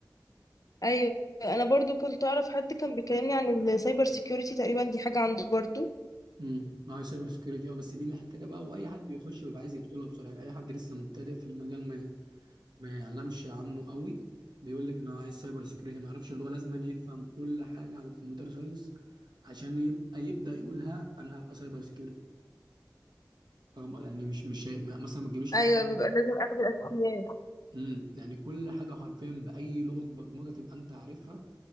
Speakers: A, on the left (about 55°); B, on the right (about 80°).
A: ايوه انا برضو كنت اعرف حد كان بيكلمني عن السايبر سيكيورتي تقريبا دي حاجه عنده برضو
B: امم اه سايبر سكيورتي اه بس دي محتاجه بقى واي حد بيخش بيبقى عايز يدخلها بسرعه يعني اي حد لسه مبتدئ في المجال ما ما يعلمش عنه قوي بيقول لك انا عايز سايبر سكيورتي ما يعرفش اللي هو لازم أن يفهم كل حاجه عن الكمبيوتر ساينس عشان يبقى يبدا يقول ها انا هبقى سايبر سكيورتي فاهم يعني مش مش هي- ما- مثلا ما تجيبليش حد
A: ايوه بيبقى لازم اخد الاساسيات
B: امم يعني كل حاجه حرفيا باي لغه برمجه تبقى انت عارفها